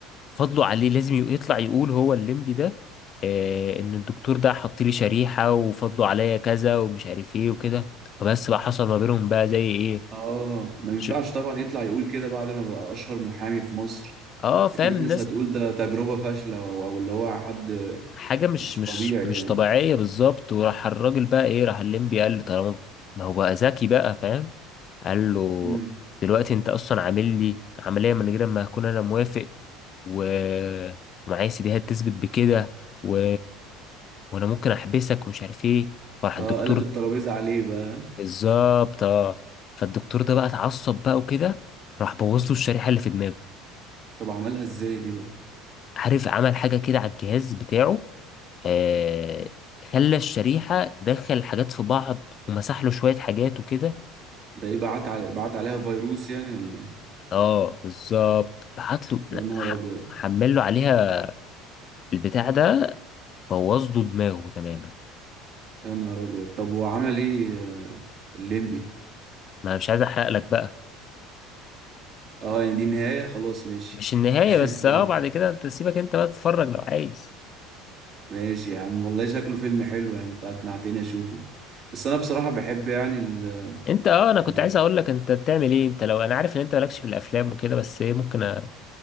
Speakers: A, on the left; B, on the right.
A: فضله عليه لازم ي- يطلع يقول هو الليمبي ده آه، ان الدكتور ده حط لي شريحة وفضله عليا كذا ومش عارف ايه وكده فبس بقى حصل ما بينهم بقى زي ايه
B: اه ما ينفعش
A: ش-
B: طبعا يطلع يقول كده بعد ما بقى اشهر محامي في مصر
A: اه فاهم
B: اكيد الناس
A: الناس
B: هتقول ده تجربة فاشلة او أو اللي هو حد
A: حاجة مش
B: مش
A: مش
B: طبيعي
A: مش
B: يعني
A: طبيعية بالظبط وراح الراجل بقى ايه راح الليمبي قال له طالما ما هو بقى ذكي بقى فاهم قال له
B: مم.
A: دلوقتي انت اصلا عامل لي عملية من غير ما اكون انا موافق و... ومعايا سيديهات تثبت بكده و... وانا ممكن احبسك ومش عارف ايه فراح
B: اه
A: الدكتور
B: قلب الترابيزة عليه بقى
A: بالظبط اه فالدكتور ده بقى اتعصب بقى وكده راح بوظ له الشريحة اللي في دماغه
B: طب عملها ازاي دي بقى
A: عارف عمل حاجة كده على الجهاز بتاعه آه خلى الشريحة تدخل حاجات في بعض ومسح له شوية حاجات وكده
B: ده ايه بعت على... بعت عليها فيروس يعني ولا ايه
A: اه بالظبط بعت له
B: يا
A: لا،
B: نهار
A: ح-
B: ابيض
A: حمل له عليها البتاع ده بوظ له دماغه تماما
B: يا نهار ابيض طب وعمل ايه آه، الليمبي
A: ما أنا مش عايز احرق لك بقى
B: اه يعني دي النهاية خلاص ماشي
A: مش النهاية
B: <laughs>
A: بس اه
B: طيب
A: بعد كده انت سيبك انت بقى تتفرج لو عايز
B: ماشي يا عم والله شكله فيلم حلو يعني انت اقنعتني اشوفه بس انا بصراحة بحب يعني ال...
A: انت اه انا كنت
B: ال...
A: عايز اقول لك انت بتعمل ايه انت لو انا عارف ان انت مالكش في الافلام وكده بس ايه ممكن أ...